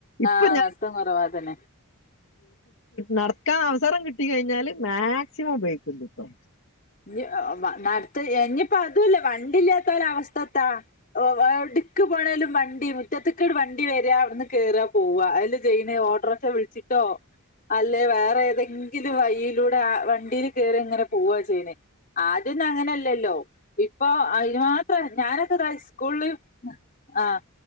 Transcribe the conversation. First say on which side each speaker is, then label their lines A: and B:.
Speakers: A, on the left; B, on the left.
A: ഇപ്പൊ
B: ആഹ
A: ഞാൻ
B: നടത്തം കുറവാതന്നെ
A: നടക്കാൻ അവസരം കിട്ടി കഴിഞ്ഞാല് മാക്സിമം ഉപയോഗിക്കണ്ട് ഇപ്പ
B: ഇ നടത്ത ഇനിയിപ്പോ അതുല്ല വണ്ടി ഇല്ലാത്ത ഒ ാല അവസ്ഥത്താ എവിടക്ക് പോണലും വണ്ടി മുറ്റത്തക്കേട് വണ്ടി വരെ അവിടുന്ന് കേയറാ പോവ അതി ചെയിന് ഓട്ടോറിക്ഷ വിളിച്ചിട്ടോ അല്ലെ വേറെ ഏതെങ്കിലും വൈയിലൂടെ വണ്ടിൽ കയറി ഇങ്ങനെ പോവാ ചെയ്യണേ ആദ്യന്നും അങ്ങനല്ലല്ലോ ഇപ്പൊ അതിനു മാത്ര ഞാനൊക്കെ ഇതാ സ്കൂളില് ആഹ